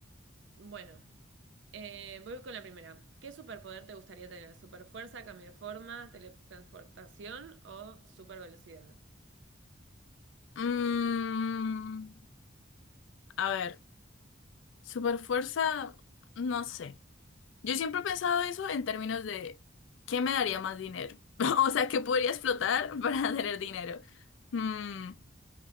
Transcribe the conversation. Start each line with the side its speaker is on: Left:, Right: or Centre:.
Right: Bueno, eh, voy con la primera. ¿Qué superpoder te gustaría tener? ¿Superfuerza, cambio de forma, teletransportación o supervelocidad?
Left: Mm, a ver, superfuerza, no sé. Yo siempre he pensado eso en términos de ¿qué me daría más dinero? <laughs> O sea, ¿qué podría explotar para tener dinero? Mm,